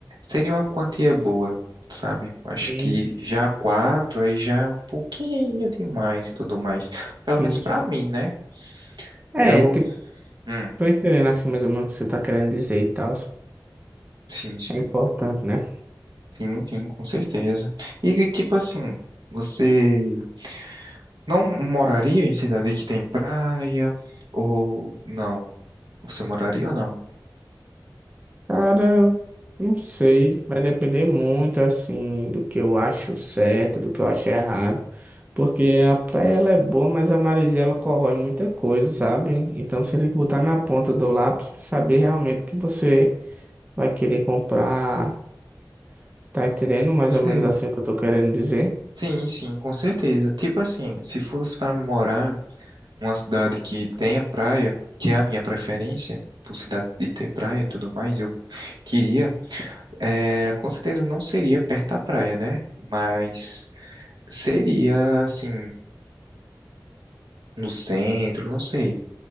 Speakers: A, on the right; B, on the right.
A: seria uma quantia boa, sabe? Acho
B: Sim,
A: que já quatro aí já é um pouquinho demais e tudo mais. Pelo
B: sim,
A: menos pra
B: sim.
A: mim, né?
B: É,
A: Eu,
B: tipo,
A: hum,
B: tô entendendo assim mais ou menos o que você tá querendo dizer e tal.
A: sim, sim,
B: É importante, né?
A: sim, sim, com certeza. E tipo assim, você Não moraria em cidade que tem praia? Ou não? Você moraria ou não?
B: Cara, não sei, vai depender muito assim do que eu acho certo, do que eu acho errado, porque a praia ela é boa, mas a maresia ela corrói muita coisa, sabe? Então você tem que botar na ponta do lápis pra saber realmente o que você vai querer comprar, tá entendendo? Mais
A: Sei.
B: ou menos assim o que eu tô querendo dizer.
A: Sim, sim, com certeza. Tipo assim, se fosse para morar numa cidade que tenha praia, que é a minha preferência, por cidade de ter praia e tudo mais, eu queria, é, com certeza não seria perto da praia, né? Mas seria assim, no centro, não sei.